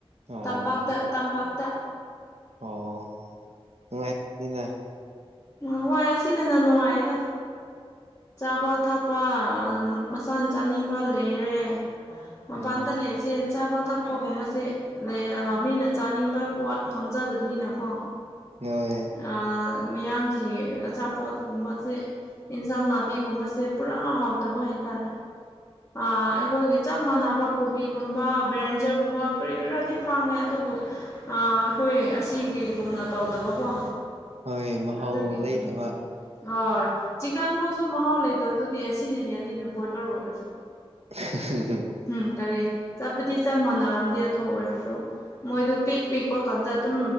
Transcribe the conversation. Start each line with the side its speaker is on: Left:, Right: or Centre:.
Right: ꯑꯣ
Left: ꯇꯝꯄꯥꯛꯇ ꯇꯝꯄꯥꯛꯇ
Right: ꯑꯣ ꯅꯨꯡꯉꯥꯏꯅꯤꯅꯥ
Left: ꯅꯍꯥꯟꯋꯥꯏ ꯑꯁꯤꯗꯅ ꯅꯨꯡꯉꯥꯏꯌꯦꯗ ꯆꯥꯕ ꯊꯛꯄ ꯃꯁꯥꯅ ꯆꯥꯅꯤꯡꯕ ꯂꯩꯔꯦ ꯃꯄꯥꯟꯗ
Right: ꯎꯝ
Left: ꯂꯩꯕꯁꯦ ꯆꯥꯕ ꯊꯛꯄꯒꯨꯝꯕꯁꯦ ꯅꯦ ꯑꯥ ꯃꯤꯅ ꯆꯥꯅꯤꯡꯕ ꯄꯣꯠ ꯐꯪꯖꯗꯕꯅꯤꯅꯀꯣ
Right: <unintelligible>
Left: ꯑꯥ ꯃꯌꯥꯡꯒꯤ ꯑꯆꯥꯄꯣꯠꯒꯨꯝꯕꯁꯦ ꯑꯦꯟꯁꯥꯡ ꯅꯥꯄꯤꯒꯨꯝꯕꯁꯦ ꯄꯨꯔꯥ ꯍꯥꯎꯇꯕ ꯍꯥꯏꯇꯔꯦ ꯑꯥ ꯑꯈꯣꯏꯒꯤ ꯆꯞ ꯃꯥꯟꯅꯕ ꯀꯣꯕꯤꯒꯨꯝꯕ ꯕꯔꯦꯟꯖꯔꯒꯨꯝꯕ ꯀꯔꯤ ꯀꯔꯤꯔ ꯐꯥꯡꯉꯦ ꯑꯗꯨꯕꯨ ꯑꯥ ꯑꯈꯣꯏ ꯑꯁꯤ ꯀꯩꯒꯨꯝꯅ ꯇꯧꯗꯕꯀꯣ
Right: ꯍꯣꯏ ꯃꯍꯥꯎ
Left: ꯑꯗꯨꯒꯤ
Right: ꯂꯩꯇꯕ
Left: ꯎꯝ ꯍꯣꯏ ꯆꯤꯛꯀꯟ ꯐꯥꯎꯁꯨ ꯃꯍꯥꯎ ꯂꯩꯇꯕꯗꯨꯗꯤ ꯑꯁꯤꯅ ꯍꯦꯜꯂꯤꯅꯦ ꯕꯣꯏꯂꯔ ꯑꯣꯏꯔꯁꯨ
Right: <unintelligible>
Left: ꯍꯨꯝ ꯀꯔꯤ ꯆꯠꯄꯗꯤ ꯆꯞ ꯃꯥꯟꯅꯔꯝꯗꯦ ꯑꯗꯨ ꯑꯣꯏꯔꯁꯨ ꯃꯣꯏꯗꯨ ꯄꯤꯛ ꯄꯤꯛꯄ ꯀꯥꯟꯗ ꯑꯗꯨꯝ